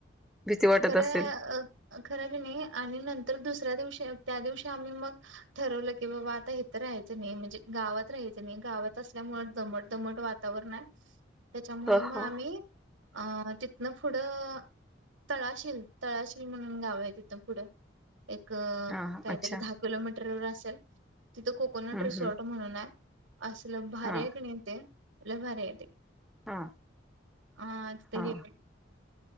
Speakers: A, in the centre; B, on the right.
A: भीती वाटत
B: खरं
A: असेल
B: खर ल नाही आणि नंतर दुसऱ्या दिवशी. त्या दिवशी आम्ही मग ठरवलं क आता इथ राहायच म्हणजे गावात राहाय गाात. ल्यामुळे दमट दमट वातावरण आहे. त्याच्यामुळं
A: ह ह
B: मग आम्ही अ तिथनं पुढं तळाशील तळाशील म्हणून गाव आहे तिथं पुढे. एक काहीतरी
A: हा अच्छा
B: दहा किलोमीटरवर असेल. तिथं कोकोनट
A: हम्म
B: रिसॉर्ट
A: हम्म
B: म्हणून आहे. असल भारी
A: हा
B: आहे क नाही येत भारी येत.
A: हा
B: अाज ते
A: हा
B: हे.